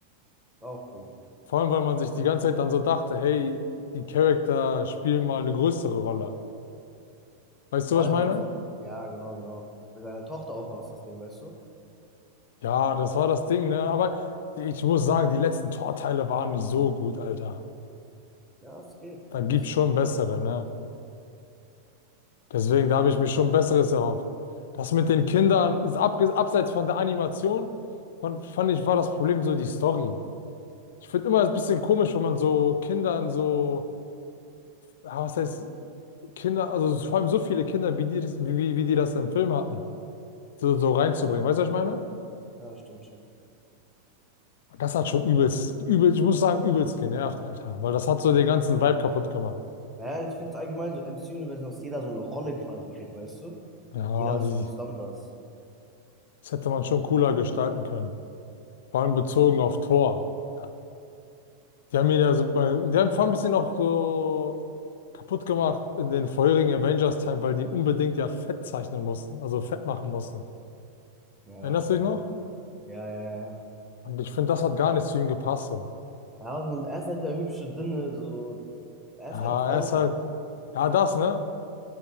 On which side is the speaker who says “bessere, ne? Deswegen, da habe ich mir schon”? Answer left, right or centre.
Left